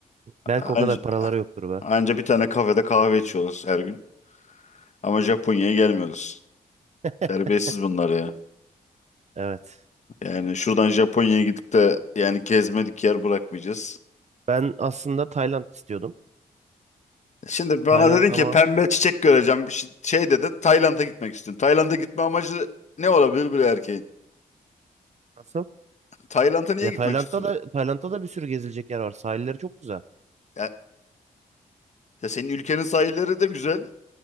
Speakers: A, on the right (about 45°); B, on the left (about 45°).
A: Belki
B: Anca,
A: o kadar paraları yoktur be.
B: anca bir tane kafede kahve içiyoruz her gün. Ama Japonya'ya gelmiyoruz.
A: <laughs>
B: Terbiyesiz bunlar ya.
A: Evet.
B: Yani şuradan Japonya'ya gidip de yani gezmedik yer bırakmayacağız.
A: Ben aslında Tayland istiyordum.
B: Şimdi bana
A: Tayland
B: dedin
A: ama
B: ki pembe çiçek göreceğim. bir Şey şey dedin Tayland'a gitmek istiyorum. Tayland'a gitme amacı ne olabilir bir erkeğin?
A: nasıl?
B: Tayland'a niye
A: Ya
B: gitmek
A: Tayland'da
B: istiyorsun?
A: da Tayland'da da bir sürü gezilecek yer var. Sahilleri çok güzel.
B: Ya, ya senin ülkenin sahilleri de güzel.